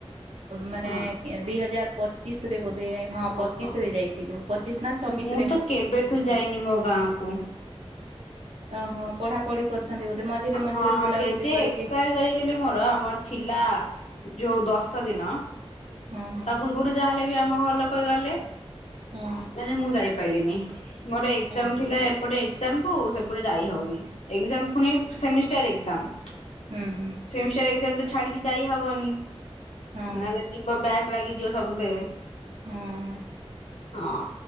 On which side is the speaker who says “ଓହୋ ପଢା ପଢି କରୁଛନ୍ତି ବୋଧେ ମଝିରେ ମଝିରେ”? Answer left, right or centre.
Right